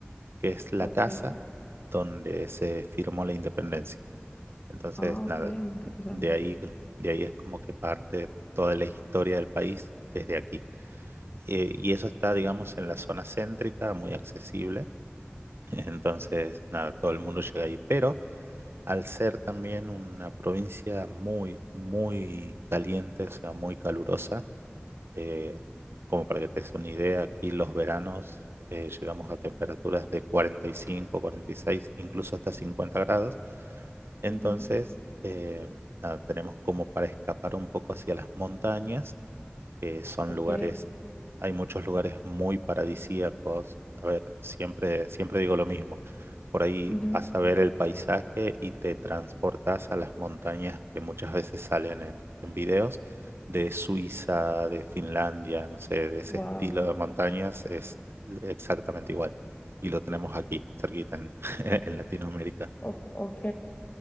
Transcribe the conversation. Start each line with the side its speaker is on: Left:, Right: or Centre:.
Right: que es la
Left: ok,
Right: casa donde se firmó la independencia. Entonces,
Left: ah, ok,
Right: nada,
Left: interesante.
Right: de ahí, de ahí es como que parte toda la historia del país desde aquí. Eh, y eso está, digamos, en la zona céntrica, muy accesible. <laughs> Entonces, nada, todo el mundo llega ahí. Pero al ser también una provincia muy, muy caliente, o sea, muy calurosa, eh, como para que te des una idea, aquí los veranos eh, llegamos a temperaturas de cuarenta cuarenta y cinco cuarenta y seis incluso hasta 50 grados. Entonces,
Left: Ujú,
Right: eh, nada, tenemos como para escapar un poco hacia las montañas que son
Left: Ok,
Right: lugares, hay muchos lugares muy paradisíacos. A ver, siempre, siempre digo lo mismo. Por ahí
Left: ujú,
Right: vas a ver el paisaje y te transportas a las montañas que muchas veces salen en, en videos de Suiza, de Finlandia, no sé, de ese
Left: wow,
Right: estilo de montañas es exactamente igual. Y lo tenemos aquí, cerquita en, <laughs> en Latinoamérica.
Left: o- ok,